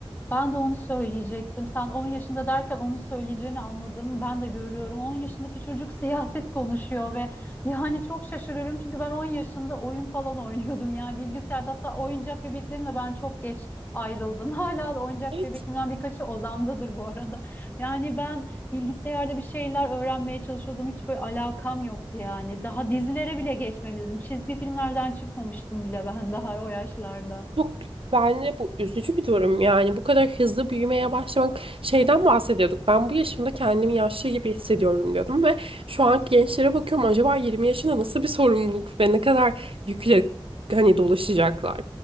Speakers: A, on the left; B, on the right.
A: Ben de onu söyleyecektim. Sen 10 yaşında derken onu söyleyeceğini anladım. Ben de görüyorum. 10 yaşındaki çocuk siyaset konuşuyor ve yani çok şaşırıyorum. Çünkü ben 10 yaşında oyun falan oynuyordum. Yani bilgisayarda hatta oyuncak bebeklerimle ben çok geç ayrıldım. <laughs> Hala da oyuncak
B: Evet.
A: bebeklerimden birkaçı odamdadır bu arada. Yani ben bilgisayarda bir şeyler öğrenmeye çalışıyordum. Hiç böyle alakam yoktu yani. Daha dizilere bile geçmemiştim. Çizgi filmlerden çıkmamıştım bile ben daha o yaşlarda.
B: Çok bence bu üzücü bir durum. Yani bu kadar hızlı büyümeye başlamak şeyden bahsediyorduk. Ben bu yaşımda kendimi yaşlı gibi hissediyorum diyordum ve şu anki gençlere bakıyorum acaba 20 yaşında nasıl bir sorumluluk ve ne kadar yükle hani dolaşacaklar.